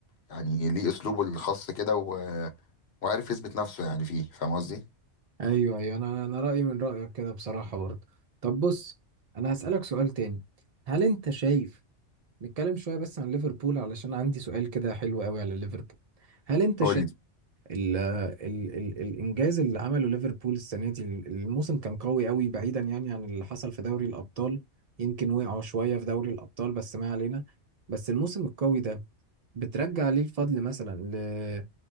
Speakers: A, on the left (about 60°); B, on the right (about 70°).
A: يعني ليه أسلوبه الخاص كده و... وعارف يثبت نفسه يعني فيه فاهم قصدي؟
B: ايوه ايوه انا انا رايي من رايك كده بصراحه برضه طب بص انا هسالك سؤال تاني هل انت شايف نتكلم شويه بس عن ليفربول علشان عندي سؤال كده حلو قوي على ليفربول هل انت
A: قول
B: شايف
A: لي
B: ال ال ال الانجاز اللي عمله ليفربول السنه دي الموسم كان قوي قوي بعيدا يعني عن اللي حصل في دوري الابطال يمكن وقعوا شويه في دوري الابطال بس ما علينا بس الموسم القوي ده بترجع ليه الفضل مثلا ل...